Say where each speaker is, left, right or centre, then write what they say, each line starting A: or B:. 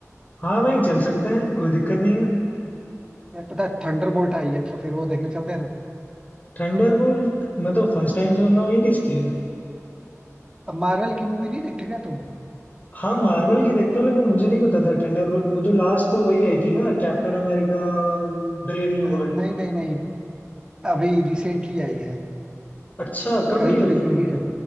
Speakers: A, on the left; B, on the right.
A: हाँ भाई चल सकते हैं कोई दिक्कत नहीं है
B: यार पता है थंडरबोल्ट आई है तो फिर वो देखने चलते हैं ना
A: थंडरबोल्ट मैं तो फर्स्ट टाइम सुन रहा हूँ ये किसकी है
B: अब मार्वल की मूवी नहीं देखते क्या तुम
A: हाँ मार्वल की देखता हूँ लेकिन मुझे नहीं पता था थंडरबोल्ट वो तो लास्ट तो वही आई थी ना Captain America brave new
B: अ,
A: world
B: नहीं नहीं नहीं अभी रिसेंटली आई है
A: अच्छा कब
B: कल ही
A: रिलीज
B: तो रिलीज
A: हुई
B: हुई
A: है
B: है